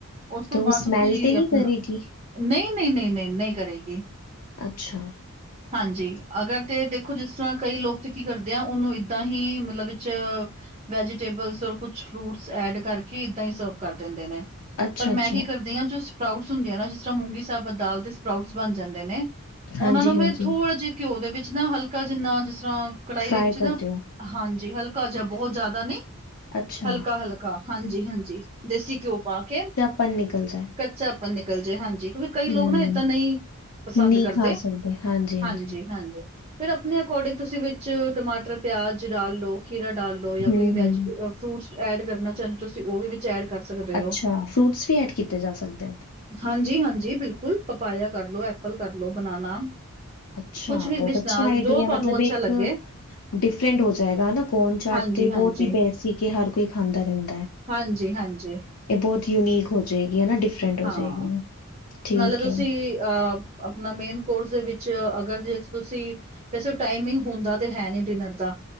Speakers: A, on the right; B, on the left.
A: ਉਸ ਤੋਂ
B: ਤੇ ਉਹ
A: ਬਾਅਦ
B: ਸਮੈਲ
A: ਤੁਸੀਂ
B: ਤੇ ਨਹੀਂ
A: ਆਪਣਾ
B: ਕਰੇਗੀ?
A: ਨਹੀਂ ਨਹੀਂ ਨਹੀਂ ਨਹੀਂ ਨਹੀਂ ਕਰੇਗੀ।
B: ਅੱਛਾ
A: ਹਾਂਜੀ ਅਗਰ ਤੇ ਦੇਖੋ ਜਿਸ ਤਰ੍ਹਾਂ ਕਈ ਲੋਕ ਤੇ ਕੀ ਕਰਦੇ ਆ ਉਹਨੂੰ ਏਦਾਂ ਹੀ ਮਤਲਬ ਵਿੱਚ ਵੈਜੀਟੇਬਲ ਕੁਛ ਫਰੂਟਸ ਐਡ ਕਰਕੇ ਏਦਾਂ ਹੀ ਸਰਵ ਕਰ ਦਿੰਦੇ ਨੇ।
B: ਅੱਛਾ-ਅੱਛਾ,
A: ਪਰ ਮੈਂ ਕੀ ਕਰਦੀ ਹਾਂ ਜੋ ਸਪਰਾਟਸ ਹੁੰਦੀ ਆ ਨਾ ਜਿਸ ਤਰ੍ਹਾਂ ਮੂੰਗੀ ਸਾਬਤ ਦਾਲ ਦੇ ਸਪਰਾਟਸ ਬਣ ਜਾਂਦੇ ਨੇ? ਉਹਨਾਂ
B: ਹਾਂਜੀ-ਹਾਂਜੀ,
A: ਨੂੰ ਮੈਂ ਥੋੜ੍ਹਾ ਜਿਹਾ ਘਿਓ ਦੇ ਵਿੱਚ ਨਾ ਹਲਕਾ ਜਿੰਨਾ ਜਿਸ ਤਰ੍ਹਾਂ ਕੜਾਹੀ
B: ਫਰਾਈ
A: ਦੇ ਵਿੱਚ ਨਾ
B: ਕਰ ਦਿਓ,
A: ਹਾਂਜੀ ਹਲਕਾ ਜਿਹਾ ਬਹੁਤ ਜ਼ਿਆਦਾ ਨਹੀਂ।
B: ਅੱਛਾ
A: ਹਲਕਾ ਹਲਕਾ ਹਾਂਜੀ ਹਾਂਜੀ ਦੇਸੀ ਘਿਓ ਪਾ ਕੇ
B: ਪਾਨੀ ਨਿਕਲ ਜਾਏ।
A: ਕੱਚਾ ਆਪਾਂ ਨ ਨਿਕਲ ਜਏ ਹਾਂਜੀ ਕਿ ਕਈ ਲੋਕ
B: ਹੂੰ,
A: ਨਾ ਏਦਾਂ ਨਹੀਂ ਪਸੰਦ
B: ਨਹੀਂ
A: ਕਰਦੇ
B: ਖਾ ਸਕਦੇ, ਹਾਂਜੀ-ਹਾਂਜੀ,
A: ਹਾਂਜੀ ਹਾਂਜੀ। ਫੇਿਰ ਆਪਣੇ ਅਕੋਰਡਿੰਗ ਤੁਸੀਂ ਵਿੱਚ ਟਮਾਟਰ ਪਿਆਜ ਡਾਲ ਲੋੋ ਖੀਰਾ ਡਾਲ ਲੋ। ਜਾਂ
B: ਹੂੰ-ਹੂੰ,
A: ਕੋਈ ਵੈਜ ਫਰੂਟਸ ਐਡ ਕਰਨਾ ਚਾਹੁੰਦੇ ਹੋ ਤੁਸੀਂ ਉਹ ਵੀ ਵਿੱਚ ਐਡ ਕਰ ਸਕਦੇ
B: ਅੱਛਾ
A: ਹੋ
B: ਫਰੂਟਸ ਵੀ ਐਡ ਕੀਤੇ ਜਾ ਸਕਦੇ ਨੇ
A: ਹਾਂਜੀ ਹਾਂਜੀ ਬਿਲਕੁਲ ਪਪਾਇਆ ਕਰਲੋ ਐਪਲ ਕਰ ਲੋ ਬਨਾਨਾ
B: ਅੱਛਾ
A: ਕੁਛ ਵੀ
B: ਬਹੁਤ
A: ਵਿੱਚ
B: ਅੱਛਾ
A: ਨਾਲ
B: ਆਈਡੀਆ
A: ਜੋ ਤੁਹਾਨੂੰ
B: ਮਤਲਬ
A: ਅੱਛਾ
B: ਇੱਕ
A: ਲੱਗੇ
B: ਡਿਫਰੈਂਟ ਹੋ ਜਾਏਗਾ ਹਨ ਕੋਨ ਚਾਟ
A: ਹਾਂਜੀ-ਹਾਂਜੀ
B: ਤੇ ਬਹੁਤ ਹੀ ਬੇ ਸੀ ਕੇ ਹਰ ਕੋਈ ਖਾਂਦਾ ਰਹਿੰਦਾ ਹੈ।
A: ਹਾਂਜੀ ਹਾਂਜੀ।
B: ਇਹ ਬਹੁਤ ਯੂਨੀਕ ਹੋ ਜਾਏਗੀ ਹੈ ਨਾ ਡਿਫਰੈਂਟ ਹੋ
A: ਹਾਂ।
B: ਜਾਏਗੀ। ਠੀਕ
A: ਨਾਲੇ ਤੁਸੀਂ
B: ਹੈ
A: ਅਹ ਆਪਣਾ ਮੇਨ ਕੋਰਸ ਦੇ ਵਿੱਚ ਅਗਰ ਜੇ ਤੁਸੀਂ ਵੈਸੇ ਟਾਈਮਿੰਗ ਹੁੰਦਾ ਤੇ ਹੈ ਨਹੀਂ ਡਿਨਰ ਦਾ